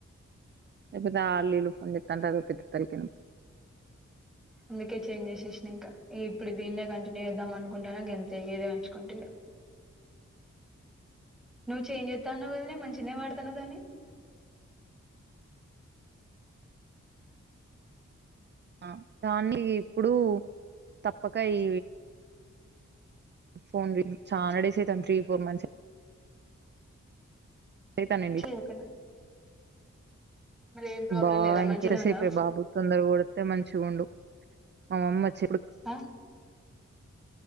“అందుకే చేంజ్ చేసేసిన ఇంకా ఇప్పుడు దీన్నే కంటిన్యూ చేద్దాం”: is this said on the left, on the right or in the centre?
Centre